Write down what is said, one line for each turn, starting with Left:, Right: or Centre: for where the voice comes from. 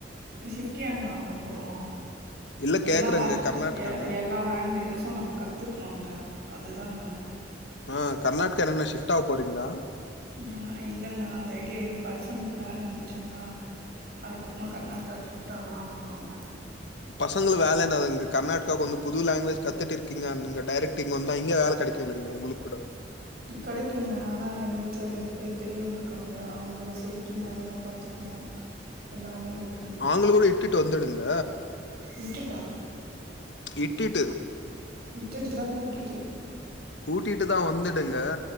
Right: ஷிஃப்ட்டு ஏங்க ஆக போறோ
Left: இல்ல
Right: எல்லா
Left: கேக்குறேங்க
Right: லங்
Left: கர்நாடகான்னு
Right: எ எல்லா லாங்குவேஜசு நம்ம கத்துக்ணுங்க அதுதாங்க
Left: அ கர்நாட்கேர் என்ன ஷிப்ட் ஆவ போறீங்ளா
Right: நா இல்லங்க அந்த ஐடியா எங்க பசங்களுக்கு வேல வந்துர்ச்சுங்களா அதுக்கப்றமா கர்நாட் கா ஷிஃப்ட் ஆகலான் இருக்கோங்க
Left: பசங்களுக் வேல என்னது இங்க கர்நாட்காக்கு வந்து புது லாங்குவேஜ் கத்துட்டு இருக்கிங்க அங்க டேரெக்ட் இங்க வந்தா இங்க வேல கெடைக்கு கேளுங்க உங்ளுக் கூட
Right: கெடைக்குங்க ஆனா எங்க வீட்ல ரெண்டு பேர் பெரியவுங்க இருக்காங்க அவங்களோட சேஃப்டி நாங்க தா பாத்துக்குணு எல்லாமே இருக்
Left: ஆங்கள கூட இட்டுட்டு வந்துடுங்க
Right: விட்டுட்டா
Left: இட்டுட்டு
Right: இட்டுட்டு இல்ல கூட்டிட்டு
Left: கூட்டிட்டு தா வந்துடுங்க